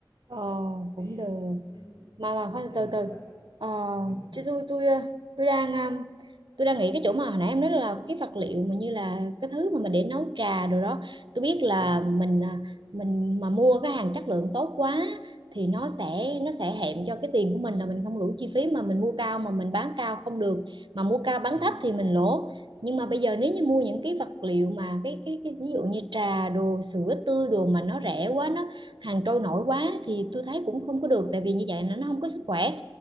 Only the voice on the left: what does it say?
rồi
thì à,
ừm,
tiếp
theo
nữa
là
<laughs>
ừ,
ừ.